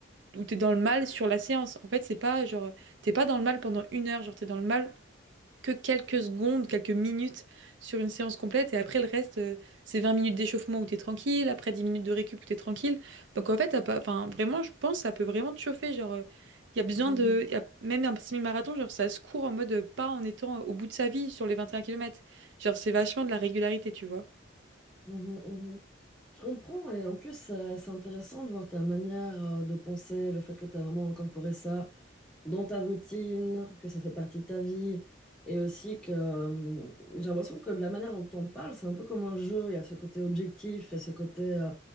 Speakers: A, on the right (about 65°); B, in the centre.
A: où t'es dans le mal sur la séance. En fait, c'est pas genre, t'es pas dans le mal pendant une heure, genre t'es dans le mal que quelques secondes, quelques minutes sur une séance complète. Et après, le reste, euh, c'est 20 minutes d'échauffement où t'es tranquille, après 10 minutes de récup où t'es tranquille. Donc en fait, t'as pas, enfin, vraiment, je pense, que ça peut vraiment te chauffer. Genre, euh, il y a besoin
B: Mhm,
A: de. y a même un semi-marathon, genre, ça se court en mode euh, pas en étant euh, au bout de sa vie sur les vingt et un kilomètres Genre, c'est vachement de la régularité, tu vois.
B: mhm, mhm. Je comprends. Et en plus, euh, c'est intéressant de voir ta manière euh, de penser, le fait que tu as vraiment incorporé ça. dans ta routine, que ça fait partie de ta vie, et aussi que euh, j'ai l'impression que la manière dont on parle, c'est un peu comme un jeu, il y a ce côté objectif, il y a ce côté euh,